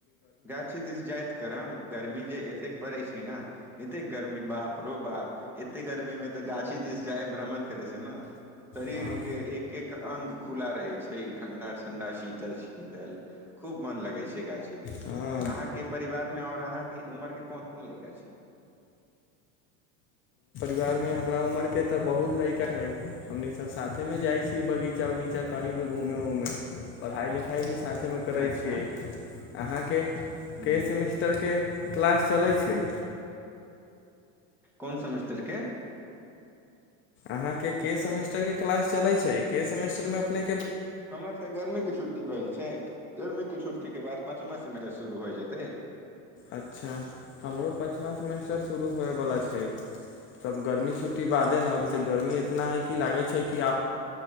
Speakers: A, in the centre; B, on the left (about 35°).
A: गाछ दिस जायत करम गर्मी जे एतेक पड़ै छै ह ने एते गर्मी बाप रो बाप एते गर्मी में ते गाछी दिस जाय भ्रमण करे से ने शरीर
B: हँ
A: के एक एक अंग खुला रहे छै ई ठंडा ठंडा शीतल शीतल खूब मन लगे छै गाछी छै दिस
B: हँ
A: अहाँके परिवार मे आओर अहाँ कें उमर कें कोनकोन लड़का छै
B: परिवार मे हमरा उमर के तऽ बहुत लैा ह हमनी सब साथे में जाइ छी बगीचा उगीचा कहीं भी घूमे उमे पढ़ाई लिखाई भी साथेमे करै
A: अच्छा
B: छियै अहाँके के
A: जी
B: सेमेस्टर के क्लास चलै छै
A: कोन सेमेस्टरके
B: अहाँ के के सेमेस्टर के क्लास चले छै के सेमेस्टर मे अपने
A: हमर तऽ गर्मी के छुट्टी भेल छै जर्मीके छुट्टीके बाद पाँचमा समे तऽ शुरू होइ जेतै
B: अच्छा हमरो प प सेमेस्टर शुरू होएवला छै तब गर्मी छुट्टी बादे ने अभी तऽ गर्मी इतना है कि लागै छै कि आब